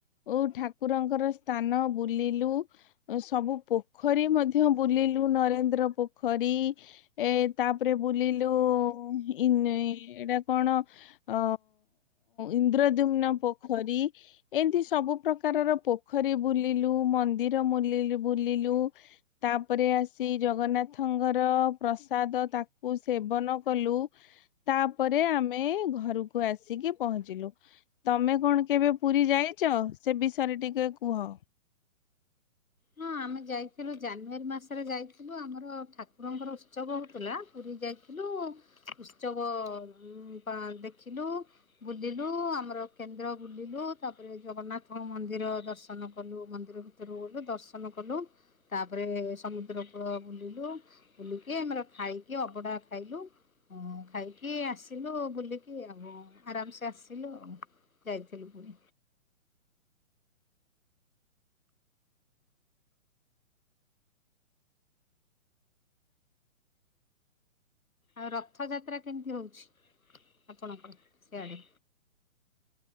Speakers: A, on the left (about 40°); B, on the left (about 80°).
A: ଓଉ ଠାକୁରଙ୍କର ସ୍ଥାନ ବୁଲିଲୁ। ସବୁ ପୋଖରୀ ମଧ୍ୟ ବୁଲିଲୁ ନରେନ୍ଦ୍ର ପୋଖରୀ ଏ ତାପରେ ବୁଲିଲୁ ଇନ୍ ଏଇଟା କଣ? ଅ ଇନ୍ଦ୍ରଦ୍ୟୁମ୍ନ ପୋଖରୀ ଏମିତି ସବୁ ପ୍ରକାରର ପୋଖରୀ ବୁଲିଲୁ, ମନ୍ଦିର ମୁଲିଲୁ ବୁଲିଲୁ ତାପରେ ଆସି ଜଗନ୍ନାଥଙ୍କର ପ୍ରସାଦ ତାକୁ ସେବନ କଲୁ। ତାପରେ ଆମେ ଘରକୁ ଆସିକି ପହଞ୍ଚିଲୁ। ତମେ କଣ କେବେ ପୁରୀ ଯାଇଚ ସେ ବିଷୟରେ ଟିକେ କୁହ।
B: ହଁ ଆମେ ଯାଇଥିଲୁ ଜାନୁଆରୀ ମାସରେ ଯାଇଥିଲୁ। ଆମର ଠାକୁରଙ୍କର ଉତ୍ସବ ହୋଉଥିଲା। ପୁରୀ ଯାଇଥିଲୁ ଉତ୍ସବ ଉଁ ପା ଦେଖିଲୁ। ବୁଲିଲୁ ଆମର କେନ୍ଦ୍ର ବୁଲିଲୁ। ତାପରେ ଜଗନ୍ନାଥଙ୍କ ମନ୍ଦିର ଦର୍ଶନ କଲୁ, ମନ୍ଦିର ଭିତ୍ ଭିତରକୁ ଗଲୁ ଦର୍ଶନ କଲୁ ତାପରେ ସମୁଦ୍ର କୂଳ ବୁଲିଲୁ। ବୁଲିକି ଆମର ଖାଇକି ଅବଢା ଖାଇଲୁ। ହ ଖାଇକି ଆସିଲୁ ବୁଲିକି ଆଉ ଆରାମସେ ଆସିଲୁ ଆଉ। ଯାଇଥିଲୁ ପୁରୀ। ଆଉ ରଥଯାତ୍ରା କେମିତି ହଉଛି ଆପଣଙ୍କ ସେଆଡେ?